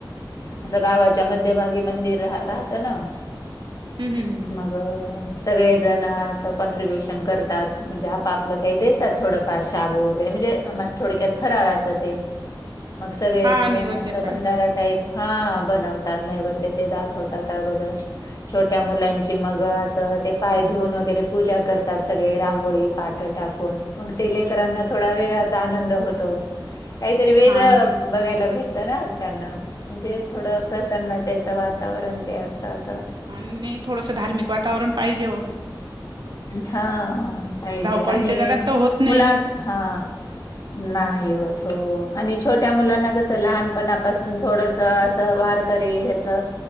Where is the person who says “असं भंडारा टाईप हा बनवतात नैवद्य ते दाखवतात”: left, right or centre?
Left